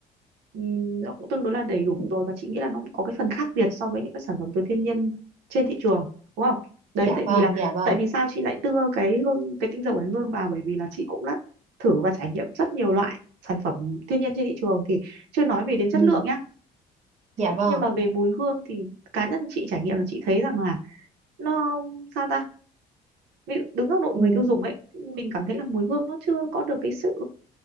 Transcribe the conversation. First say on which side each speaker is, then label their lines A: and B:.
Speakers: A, on the right; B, on the right.
A: ừm, nó cũng tương đối là đầy
B: ừ,
A: đủ rồi và chị nghĩ là nó cũng có cái phần khác biệt so với những cái sản phẩm từ thiên nhiên trên thị trường đúng không đấy
B: dạ
A: tại
B: vâng
A: vì là
B: dạ vâng
A: tại vì sao chị lại đưa cái hương cái tinh dầu oải hương vào bởi vì là chị cũng đã thử và trải nghiệm rất nhiều loại sản phẩm thiên nhiên trên thị trường thì chưa nói về đến chất
B: ừ,
A: lượng nhá
B: dạ vâng
A: nhưng mà về mùi hương thì cá nhân chị trải nghiệm là chị thấy rằng là nó sao ta ví dụ đứng góc độ
B: ừ,
A: người tiêu dùng ấy mình cảm thấy là mùi hương nó chưa có được cái sự